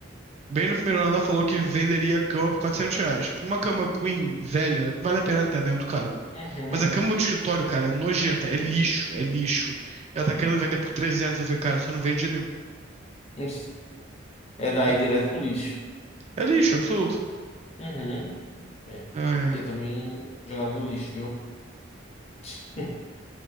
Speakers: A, on the right; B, on the left.
A: Bem no primeiro ano, ela falou que venderia a cama por 400 reais. Por uma cama queen velha, vale a pena até, né? É muito caro.
B: Uhum.
A: Mas a cama do escritório, cara, é nojenta. É lixo, é lixo. Ela tá querendo vender por trezentos, Eu falei, cara, você não vende de jeito nenhum.
B: Ixi, É daí
A: Tá.
B: direto pro lixo.
A: É lixo, absoluto.
B: Uhum, é.
A: Ai, ai.
B: eu também jogaria no lixo, viu? <laughs>